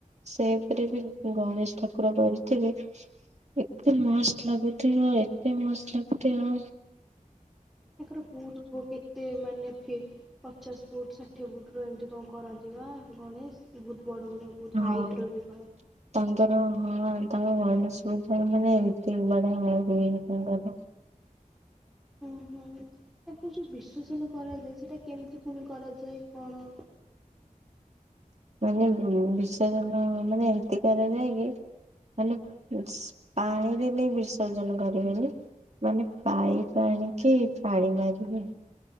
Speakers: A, on the right; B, in the centre.
A: ସେପରି ବି ଗଣେଶ ଠାକୁର କରିଥିବେ। ଏତେ ମାସ୍ ଲଗତି ହ ଏତେ ମସ୍ତ ଲାଗତି ଆ
B: ତାଙ୍କର ବହୁତ ପୁଅ କି? ତେ ମାନେ ଫି ପଚାଶ ଫୁଟ ଷାଠିଏ ଫୁଟ୍ର ଏମିତି କଣ କରନ୍ତି ବା ଗଣେଶ। ବହୁତ ବଡ଼ ବଡ଼ ବହୁତ
A: ହଁ
B: ହାଇଟ୍ର ବି କର।
A: ତାଙ୍କର ହଁ ତାଙ୍କ ମଣିଷାର ମାନେ ଏତି ବଡଆ ହୁଏ ତାଙ୍କର।
B: ଉଁ ହୁଁ। ତାକୁ ଯୋଉ ବିସର୍ଜନ କରାଯାଏ, ସେଇଟା କେମିତି ପୁଣି କରାଯାଏ କଣ?
A: ମାନେ ବିସର୍ଜନ ମାନେ ଏମିତି କରାଯାଏ କି ମାନେ ସି ପାଣିରେ ନେଇ ବିସର୍ଜନ କରିବେନି। ମାନେ ପାଇପ୍ ଆଣିକି ପାଣି ମାରିବେ।